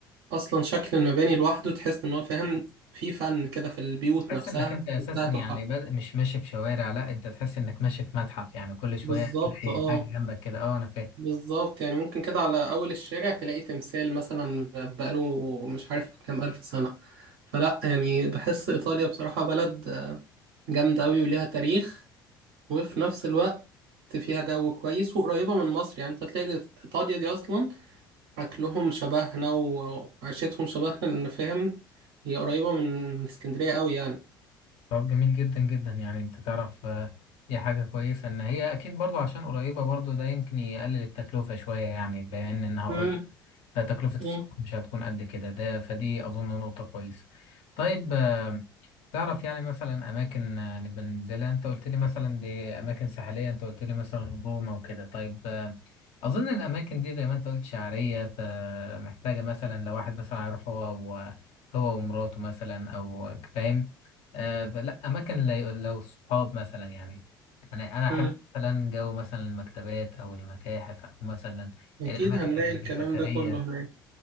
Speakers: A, on the right; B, on the left.
A: اصلا شكل المباني لوحده تحس ان هو فاهم في فن كده في البيوت
B: تحس
A: نفسها
B: إنك أنت
A: تحسها
B: أساسا
A: تحف
B: يعني بادئ مش ماشي في شوارع لا أنت تحس إنك ماشي في متحف يعني كل شوية
A: بالظبط
B: تلاقي
A: اه
B: حاجة جنبك كده أه أنا فاهم
A: بالظبط يعني ممكن كده على أول الشارع تلاقي تمثال مثلا بقاله مش عارف كام ألف سنة فلا يعني بحس إيطاليا بصراحة بلد جامدة أوي وليها تاريخ وفي نفس الوقت فيها جو كويس وقريبة من مصر يعني أنت هتلاقي إيطاليا دي أصلا أكلهم شبهنا وعيشتهم شبهنا لأن فاهم هي قريبة من من اسكندرية أوي يعني
B: طب جميل جدا جدا يعني أنت تعرف آه، دي حاجة كويسة إن هي أكيد برضو عشان قريبة برضو ده يمكن يقلل التكلفة شوية يعني بما إن إنها
A: مم،
B: قريبة فتكلفة السفر
A: مم،
B: مش هتكون قد كده ده فدي أظن نقطة كويسة طيب آه، تعرف يعني مثلا اماكن آه، نبقى ننزلها انت قلت لي مثلا دي اماكن ساحليه انت قلت لي مثلا روما وكده طيب آه، اظن الاماكن دي زي ما انت قلت شعريه فمحتاجه مثلا لو واحد مثلا هيروح هو و- هو ومراته مثلا او فاهم آه، فلا اماكن لي- لو صحاب مثلا يعني انا انا احب
A: مم.
B: مثلا جو مثلا المكتبات او المتاحف او مثلا
A: أكيد
B: الاماكن
A: هنلاقي الكلام
B: الاثريه
A: ده كله هناك